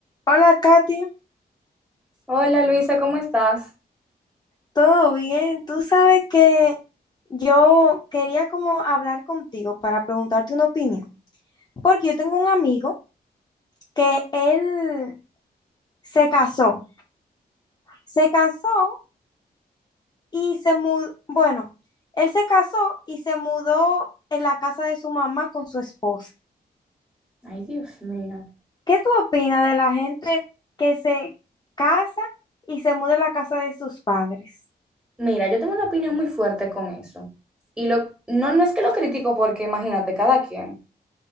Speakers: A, on the left (about 25°); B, in the centre.
A: Hola Katy,
B: Hola Luisa, ¿cómo estás?
A: ¿todo bien? Tú sabes que yo quería como hablar contigo para preguntarte una opinión, porque yo tengo un amigo que él se casó, se casó y se mudó, bueno, él se casó y se mudó en la casa de su mamá con su esposa.
B: Ay, Dios mío.
A: ¿Qué tú opinas de la gente que se casa y se muda en la casa de sus padres?
B: Mira, yo tengo una opinión muy fuerte con eso. Y lo, no, no es que lo critico porque imagínate, cada quien.